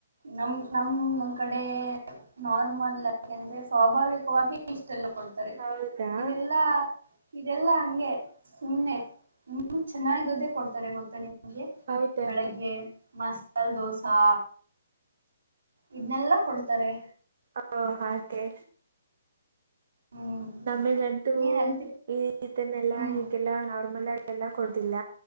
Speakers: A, on the right (about 90°); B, on the right (about 50°).
A: ನಮ ನಮ ನಮ್ ಕಡೆ..... ನಾರ್ಮಲ್ ಆಗಿ ಅಂದ್ರೆ ಸ್ವಾಭಾವಿಕವಾಗಿ ಇಷ್ಟೆಲ್ಲ ಕೊಡ್ತಾರೆ
B: ಹೌದಾ
A: ಇದೆಲ್ಲಾ...... ಇದೆಲ್ಲಾ ಹಂಗೆ ಸುಮ್ಮನೆ ಇನ್ನು ಚೆನ್ನಾಗಿರೋದೆ ಕೊಡ್ತಾರೆ ಗೊತ್ತನೆ ನೀ ಗೆ
B: ಹೌದಾ
A: ಬೆಳಿಗ್ಗೆ ಮಸಾಲ ದೋಸಾ ಇದನೆಲ್ಲಾ ಕೊಡ್ತಾರೆ.
B: ಹ ಹಾಕೆ..
A: ಹ್ಮ್
B: ನಮೀಗಂತೂ
A: ಏನ್ ಅಂತಿ
B: ಈ ಇದನ್ನೆಲ್ಲಾ
A: ಹ್ಮ್
B: ಹೀಗೆಲ್ಲಾ ನಾರ್ಮಲ್ ಆ ಎಲ್ಲ ಕೊಡುದಿಲ್ಲ